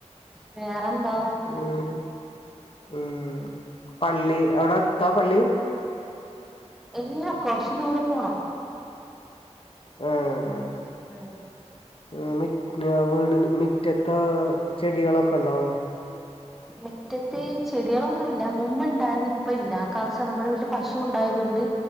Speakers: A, in the centre; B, on the left (about 50°).
A: വേറെന്താ
B: ഉം ഉം പള്ളി അവിടെ അടുത്താ പള്ളി
A: ഇല്ലാ കൊറച്ചു ദൂരെ പോണം
B: ആഹ്
A: ആഹ്
B: ആ മി ആ വീടിന് മിറ്റത്താ ചെടികളൊക്കെ ഉണ്ടോ
A: മിറ്റത്ത് ചെടികളൊന്നുമില്ല മുമ്പ് ഇണ്ടായിരന്ന് ഇപ്പ ഇല്ല കാരണച്ച നമ്മുടെ വീ പശു ഉണ്ടായതുകൊണ്ട്